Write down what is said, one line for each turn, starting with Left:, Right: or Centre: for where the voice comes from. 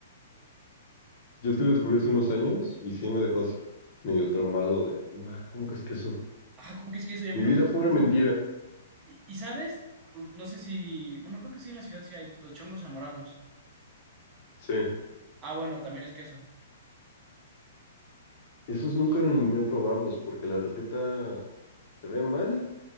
Left: Yo sí lo descubrí hace unos años y sí me dejó así medio traumado de, no ma, ¿cómo que es queso?
Right: Ah, ¿cómo que es queso? Y a
Left: Mi
Right: mí no
Left: vida
Right: me gusta
Left: fue
Right: el
Left: una
Right: queso.
Left: mentira.
Right: ¿Y, y sabes? U- No sé si. Bueno, creo que sí en la ciudad sí hay. Los chongos zamoranos.
Left: Sí.
Right: Ah, bueno, también es queso.
Left: Esos nunca me animé a probarlos porque la receta se ve mal,